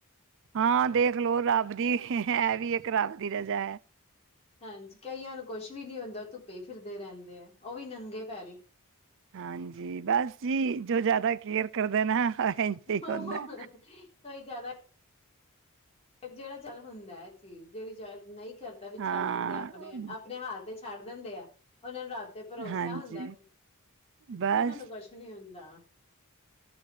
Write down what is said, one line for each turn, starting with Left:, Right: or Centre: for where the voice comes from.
Right: ਹਾਂ ਦੇਖ ਲਓ ਰੱਬ ਦੀ ਐ ਵੀ ਇੱਕ ਰੱਬ ਦੀ ਰਜਾ ਹੈ।
Left: ਹਾਂਜੀ ਕਈਆਂ ਨੂੰ ਕੁਛ ਵੀ ਨੀ ਹੁੰਦਾ ਉਹ ਧੁੱਪੇ ਫਿਰਦੇ ਰਹਿੰਦੇ ਆ ਉਹ ਵੀ ਨੰਗੇ ਪੈਰੀ
Right: ਹਾਂਜੀ ਬਸ ਜੀ ਜੋ ਜ਼ਿਆਦਾ ਕੇਅਰ ਕਰਦੇ ਨਾ ਇੰਝ
Left: ਕੋਈ
Right: ਹੀ ਹੁੰਦਾ
Left: ਜ਼ਿਆਦਾ ਜਿਹੜਾ ਜਲ ਹੁੰਦਾ ਹੈ। ਜਿਹੜੀ ਜਲ ਨਹੀਂ ਘਰ ਵੀ
Right: ਹਾਂ
Left: ਛੱਡ ਦਿੰਦੇ ਆ ਆਪਣੇ ਆਪਣੇ ਹਾਲ ਦੇ। ਛੱਡ ਦਿੰਦੇ ਆ ਉਹਨਾਂ ਨੂੰ । ਰੱਬ ਤੇ ਭਰੋਸਾ
Right: ਹਾਂਜੀ
Left: ਹੁੰਦਾ ਉਹਨਾਂ
Right: ਬਸ
Left: ਨੂੰ ਕੁਛ ਨੀ ਹੁੰਦਾ। ਹੁੰਦਾ।